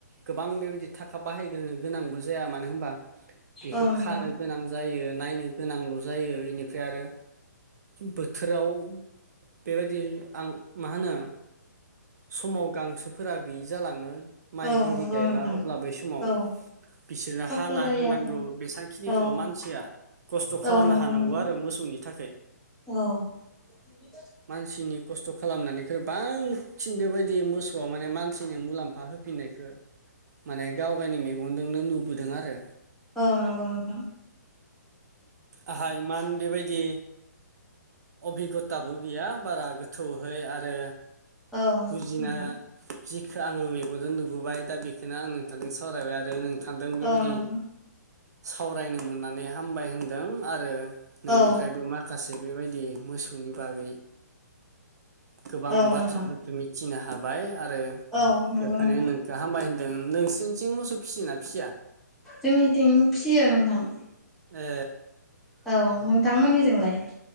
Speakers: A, on the right; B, in the centre.
A: गोबां बेबायदि थाखा बाहायग्रोनो गोनांबो जाया मानो होनबा बेखौ
B: औ नोंथां
A: खानो गोनां जायो नायनो गोनांल' जायो इनिफ्राय आरो बोथोराव बेबायदि आं मा होनो समाव गांसोफोरा गैयि जालाङो माइ
B: औ
A: एरि
B: नंगौ
A: गायबा
B: नोंथां
A: अब्ला बै समाव
B: औ
A: बिसोरनो
B: खस्थ'
A: हाना
B: जायो
A: होनांगौ
B: आरो
A: बेसबांखिनिखौल'
B: औ
A: मानसिया खस्थ' खालामनो
B: औ नंगौ
A: हानांगौ
B: नोंथां
A: आरो मोसौनि थाखाय
B: औ <inaudible>
A: मानसिनि खस्थ' खालामनानैख्रुइ बांसिन बेबायदि मोसौआ माने मानसिनो मुलाम्फा हो फिनायखौ माने गाव गावनि मेगनजोंनो नुबोदों आरो
B: औ नंगौ नोंथां
A: आहा इमान बेबायदि अबिगथाबो गैया बारा गोथौहै आरो
B: औ
A: बुजिनो
B: नोंथां
A: जिखौ आङो मेगनजों नुबोबाय दा बेखौनो आं नोंथांजों सावरायबाय आरो नो नोंथांदों बेबायदि
B: औ नोंथां
A: सावरायनो मोननानै हामबाय होनदों आरो नोंनिफ्रायबो
B: औ
A: माखासे बेबायदि मोसौनि बागै गोबां
B: औ
A: बाथ्राफोरखौ
B: नोंथां
A: मिथिनो हाबाय आरो
B: औ नंगौ
A: बेखायनो
B: नोंथां
A: नों हामबाय होनदों नोंसोरनिथिं मोसौ फिसियोना फिसिया
B: जोंनिथिं फिसियो नोंथां
A: ए
B: औ नोंथां मोननिजोंलाय